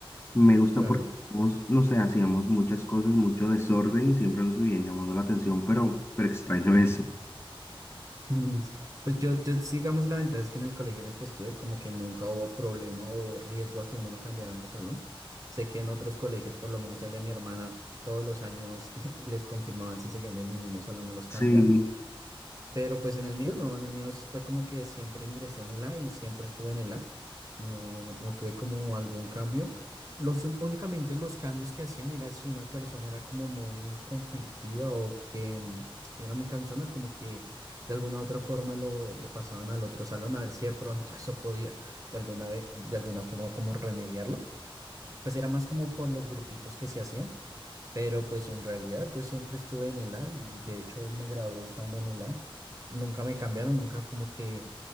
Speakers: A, on the left (about 25°); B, on the right (about 35°).
A: Me gusta
B: claro.
A: porque, hacíamos, no sé, hacíamos muchas cosas, mucho desorden, siempre nos vivían llamando la atención, pero, pero extraño eso.
B: Mm, Pues yo, yo sí, digamos, la ventaja es que en el colegio en el que estuve, como que nunca hubo problema o riesgo a que uno lo cambiaran de salón. Sé que en otros colegios, por lo menos el de mi hermana, todos los años <laughs> les confirmaban si seguían en el mismo salón o los
A: Sí,
B: cambiaban. Pero pues en el mío no, en el mío fue como que siempre ingresé en el A y siempre estuve en el A. No, no tuve como algún cambio. Los, un- únicamente los cambios que hacían era si una persona era como muy conflictiva o que mm, era muy cansona, como que de alguna u otra forma lo, lo pasaban al otro salón a ver si de pronto <laughs> eso podía de alguna, ve- de alguna forma como remediarlo. Pues era más como por los grupitos que se hacían pero pues en realidad yo siempre estuve en el A y de hecho me gradué estando en el A. Nunca me cambiaron, nunca como que